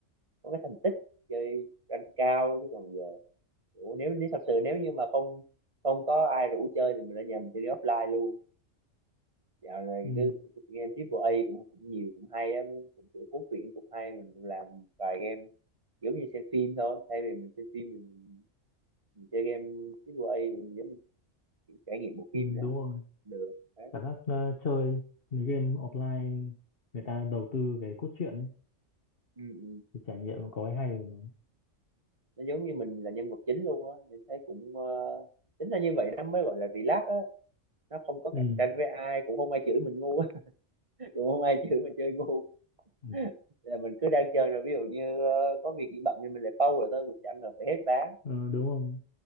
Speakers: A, on the right; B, on the left.
A: có cái thành tích chơi rank cao chứ còn giờ ủa, nếu nếu thật sự nếu như mà không không có ai rủ chơi thì mình ở nhà mình chơi offline luôn dạo này
B: ừ,
A: cứ cứ game triple A cũng, cũng nhiều cũng hay á cũng cũng cuốn truyện cũng hay mình cũng làm vài game giống như xem phim thôi thay vì mình xem phim thì mình mình chơi game cái quay mình giống như trải nghiệm bộ phim
B: ừ,
A: vậy
B: đúng
A: đó
B: rồi
A: được đấy
B: cảm giác ờ, chơi mấy game offline người ta đầu tư cái cốt truyện ấy
A: ừ, ừ.
B: thì trải nghiệm nó có cái hay của nó
A: nó giống như mình là nhân vật chính luôn á mình thấy cũng ờ, tính ra như vậy nó mới gọi là relax á nó không có
B: ừ.
A: cạnh tranh với ai cũng không ai chửi mình ngu á <laughs> cũng không ai chửi mình chơi ngu
B: <laughs>
A: <laughs> là mình cứ đang chơi rồi ví dụ như ờ, có việc gì bận thì mình lại pause rồi thôi cũng chẳng cần phải hết ván
B: Ừ, đúng rồi